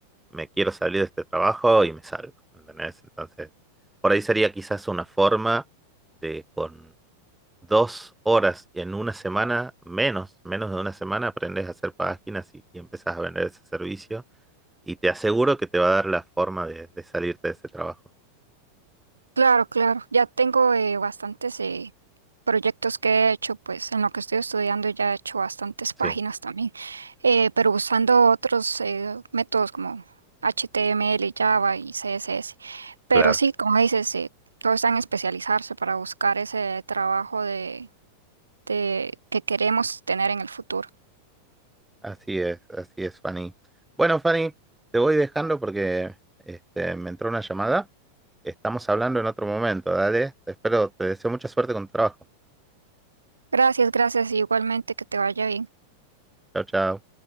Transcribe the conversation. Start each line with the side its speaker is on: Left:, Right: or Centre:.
Centre: me quiero salir de este trabajo y me salgo, ¿entendés? Entonces, por ahí sería quizás una forma de con dos horas en una semana, menos, menos de una semana, aprendes a hacer páginas y, y empezás a vender ese servicio y te aseguro que te va a dar la forma de, de salirte de ese trabajo.
Right: Claro, claro, ya tengo eh, bastantes eh, proyectos que he hecho, pues en lo que estoy estudiando ya he hecho bastantes
Centre: Sí,
Right: páginas también, eh, pero usando otros eh, métodos como HTML, Java y CSS. Pero
Centre: claro.
Right: sí, como dices, eh, todo está en especializarse para buscar ese trabajo de de- que queremos tener en el futuro.
Centre: Así es, así es, Fanny. Bueno, Fanny, te voy dejando porque este, me entró una llamada. Estamos hablando en otro momento, dale. Te espero, te deseo mucha suerte con tu trabajo.
Right: Gracias, gracias, y igualmente que te vaya bien.
Centre: Chao, chao.